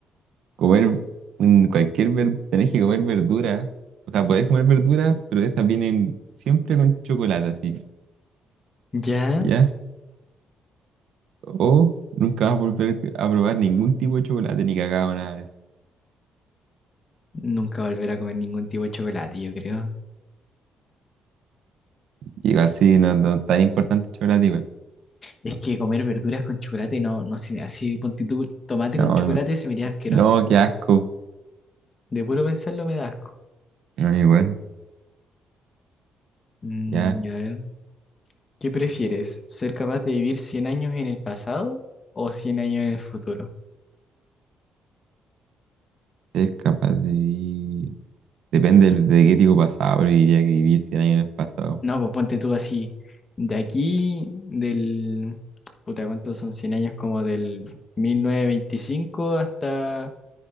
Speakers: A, on the right; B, on the left.
A: comer un- cualquier verdura, tenés que comer verdura, o sea, podés comer verduras, pero estas vienen siempre con chocolate, así,
B: Ya,
A: ¿ya? O nunca vas a volver a probar ningún tipo de chocolate, ni cacao, nada de eso.
B: nunca volver a comer ningún tipo de chocolate, yo creo.
A: Y así, no, no es tan importante el chocolate, igual.
B: Es que comer verduras con chocolate no, no se me hace, ponte tú, tomate
A: No,
B: con chocolate se me haría asqueroso.
A: no, qué asco.
B: De puro pensarlo me da asco.
A: No, igual,
B: Mm,
A: ya,
B: ya ver, ¿qué prefieres? ¿Ser capaz de vivir 100 años en el pasado o 100 años en el futuro?
A: es capaz de vivir. Depende del- de qué tipo pasado, pero diría que vivir 100 años en el pasado.
B: No, pues ponte tú así, de aquí, del, puta, ¿cuántos son 100 años? Como del 1925 hasta,